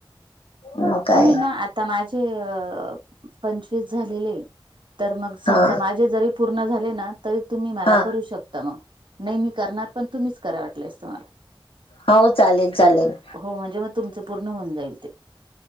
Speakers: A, on the left; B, on the right.
A: मग काय
B: तुम्ही ना.. आता माझे अ.. पंचवीस झालेले आहे. तर मग
A: हा
B: समजा माझे जरी पूर्ण झाले ना तरी तुम्ही मला
A: हा
B: करू शकता म... नाही मी करणार. पण तुम्हीच करा वाटलंयस तुम्हाला...
A: हा.. ओ... चालेल -चालेल...
B: हो.. म्हणजे मग तुमचं पूर्ण होऊन जाईल ते.